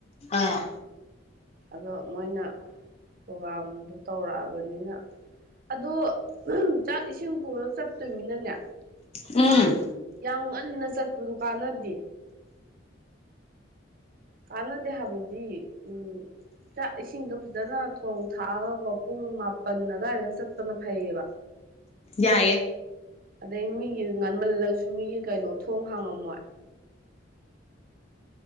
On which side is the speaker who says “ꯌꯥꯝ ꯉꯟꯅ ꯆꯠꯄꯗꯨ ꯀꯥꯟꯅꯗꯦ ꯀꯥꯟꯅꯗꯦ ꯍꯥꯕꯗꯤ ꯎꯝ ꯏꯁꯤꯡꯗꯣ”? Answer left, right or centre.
Right